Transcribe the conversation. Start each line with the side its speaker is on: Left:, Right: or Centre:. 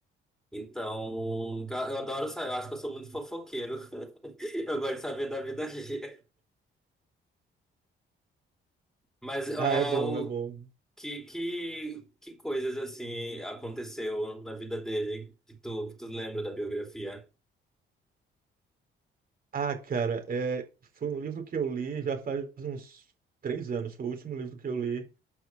Centre: Então, ca- eu adoro saber, eu acho que eu sou muito fofoqueiro. <laughs> Eu gosto de saber da vida <laughs> alheia. Mas,
Right: Ah,
Centre: ó,
Right: é bom, é bom.
Centre: o, que, que, que coisas assim aconteceu na vida dele que tu, que tu lembra da biografia?
Right: Ah, cara, é, foi um livro que eu li já faz uns três anos. Foi o último livro que eu li,